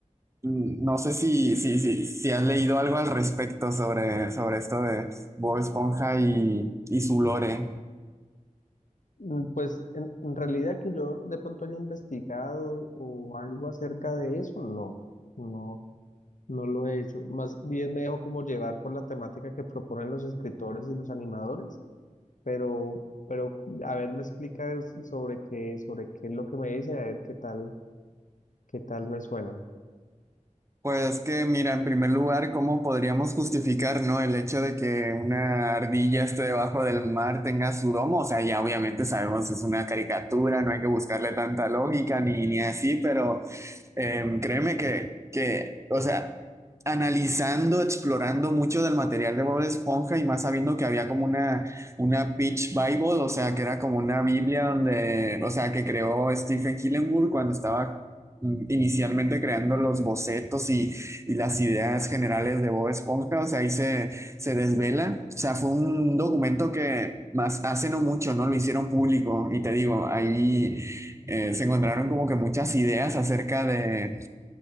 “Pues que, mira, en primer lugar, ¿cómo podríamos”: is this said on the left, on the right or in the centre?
Right